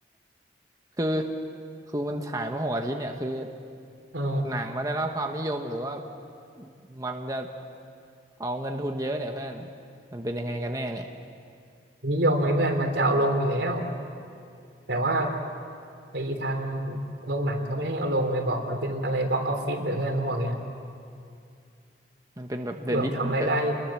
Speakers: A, on the right; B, on the right.
A: <laughs> คือคือมันฉายมาหกอาทิตย์เนี่ยคือ
B: เออ
A: หนังมาได้รับความนิยมหรือว่ามันจะเอาเงินทุนเยอะเนี่ยเพื่อนมันเป็นยังไงกันแน่เนี่ย
B: นิยมไหมเพื่อนมันจะเอาลงอยู่แล้วแต่ว่าไอ้ทางโรงหนังเขาไม่ให้เอาลงไงบอกมันเป็นอะไรบ็อกออฟฟิศเดี๋ยวเพื่อนเขาบอกเงี้ย
A: มันเป็นแบบเดอะดิเดอะ
B: แบบทำรายได้